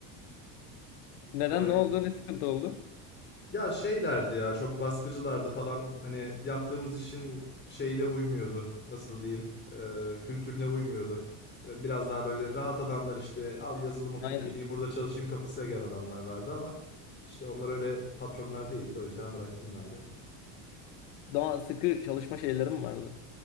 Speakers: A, on the left; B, on the left.
A: Neden?
B: orayı
A: Ne oldu? Ne sıkıntı oldu?
B: ya şeylerdi ya çok baskıcılardı falan. Hani yaptığımız işin şeyine uymuyordu. Nasıl diyeyim? Ee, kültürüne uymuyordu. Ee, biraz daha böyle rahat adamlar işte abi yazılım okuyayım
A: Aynen.
B: geleyim burada çalışayım kafasıyla gelen adamlar vardı ama işte onlar öyle patronlar değildi. O yüzden bıraktım ben de.
A: Daha sıkı çalışma şeylerim vardı.